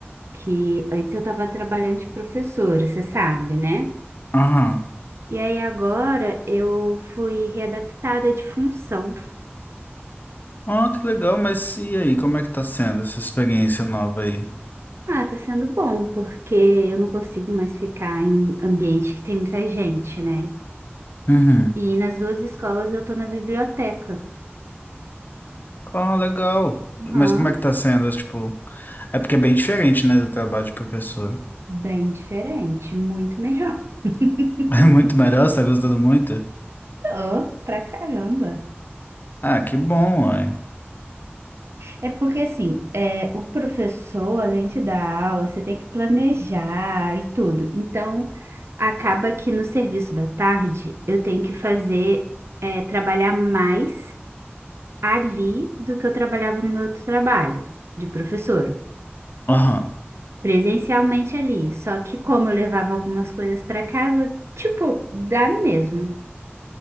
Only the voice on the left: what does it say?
Aham.
Ah, que legal, mas e aí, como é que tá sendo essa experiência nova aí?
Uhum.
Ah, legal.
Mas como é que tá sendo, tipo... É porque é bem diferente, né, do trabalho de professor.
<laughs> É muito melhor, você tá gostando muito?
Ah, que bom, ué.
Aham.